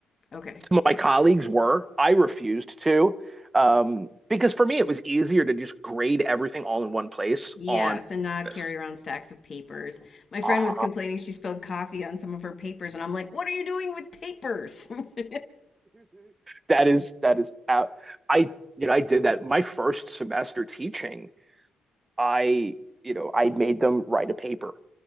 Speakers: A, on the left; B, on the right.
A: okay
B: Some of my colleagues were. I refused to. Um, because for me, it was easier to just grade everything all in one place
A: Yes,
B: on
A: and not
B: this.
A: carry around stacks of papers. My friend
B: Uh-huh.
A: was complaining
B: <laughs>
A: she spilled coffee on some of her papers, and I'm like, what are you doing with papers? <laughs>
B: That is that is out. I you know I did that my first semester teaching. I you know I made them write a paper.